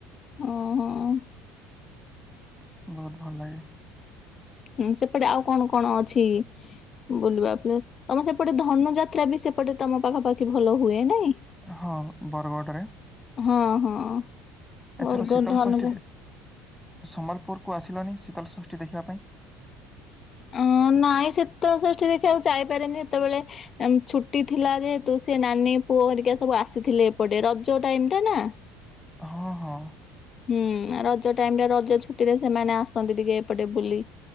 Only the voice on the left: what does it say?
ଅ ହଁ।
ହୁଁ ସେପଟେ ଆଉ କଣ କଣ ଅଛି ବୁଲିବା ପ୍ଲେସ୍ ତମେ ସେପଟେ ଧନୁଯାତ୍ରା ବି ସେ ସେପଟେ ତମ ପାଖାପାଖି ଭଲ ହୁଏ ନାଇଁ?
ହଁ ହଁ।
ବରଗଡ଼
ଧନୁଯା
ଅ ନାଇଁ ଶୀତଳଷଷ୍ଠୀ ଦେଖିବାକୁ ଯାଇପାରେନି ସେତେବେଳେ ଛୁଟି ଥିଲା ଯେହେତୁ ସେ ନାନୀ ପୁଅ ହେରିକା ସବୁ ଆସିଥିଲେ ଏପଟେ ରଜ ଟାଇମ ଟା ନା।
ହୁଁ ରଜ ଟାଇମ ରେ ରଜ ଛୁଟି ରେ ସେମାନେ ଆସନ୍ତି ଟିକେ ଏପଟେ ବୁଲି